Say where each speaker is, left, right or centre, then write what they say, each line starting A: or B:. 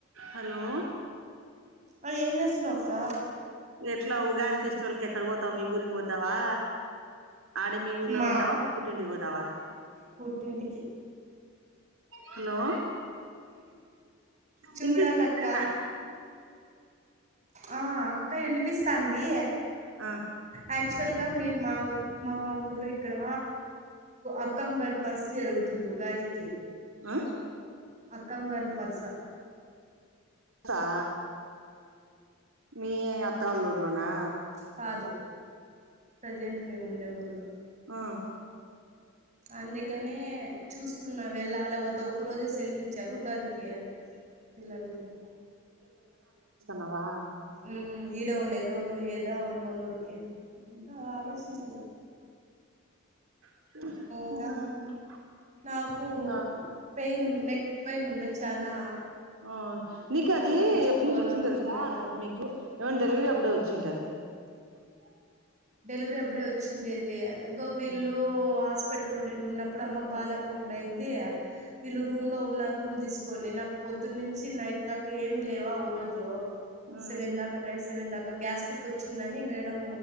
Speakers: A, on the right; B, on the right.
A: హలో
B: మరి ఏం చేస్తున్నావు అక్క
A: ఎట్లా ఉగాది ఫెస్టివల్ కి ఎక్కడ పోతావు మీ ఊరికి పోతావా ఆడే మీ ఊర్లోనే
B: మా
A: ఉంటావా మీ పుట్టింటికి పోదావా
B: పుట్టింటికి
A: హలో
B: చూడాలక్క
A: ఇనిపిస్తుందా
B: ఆ అక్క వినిపిస్తంది
A: ఆ
B: యాక్చువల్గా మేం మా ఊ మా ఊర్లో ఇక్కడ అక్కం గారి పరీస్తూ జరుగుతుంది ఉగాది <inaudible>
A: అ
B: అక్కం గర్ల పరుస
A: ఆ మీ అక్కళ్ళూర్లోనా
B: కాదు ప్రజెంట్ మేముండే ఊర్లో
A: అ
B: అందుక నే చూస్తున్నా వెళ్ళాల వెళ్ళాలా వద్ద ఒక రోజు సెలవు ఇచ్చారు ఉగాదికి పిల్లలకి
A: నావా
B: ఉ ఈడ ఉండేదో, పోయ్యేదో అమ్మోల్లూరుకి ఆ ఆలోచించాల
A: <unintelligible>
B: ఇంకా నాకు
A: నా
B: పెయిన్ నెక్ పెయిన్ ఉంద చనా
A: ఆ నీకు అది
B: చూపించుకోవాలనుకుంటున్నాను
A: ఎప్పనుంచి వచ్చింది తెలుసా, మీకు ఏమైనా డెలివరీ అప్పుడే వచ్చుంటాది. - <unintelligible>
B: డెలివరీ అప్పుడే వచ్చింది ఇదీ కోవిల్లు
A: హ్మ్.
B: హాస్ స్పిటల్లో నేను ఉన్నప్పుడు అమ్మకు బాలేకోకుండా అయింది. వీళ్ళు రూమ్ లో ఉన్నారు రూమ్ తీసుకు కొని నాకు పొద్దునుంచి నైట్ దాకా ఏమి లేవా ఓ రోజు
A: ఆ
B: సెవెన్ దాక నైట్ సెవెన్ దాకా గ్యాస్ట్రిక్ వచ్చిందని మేడం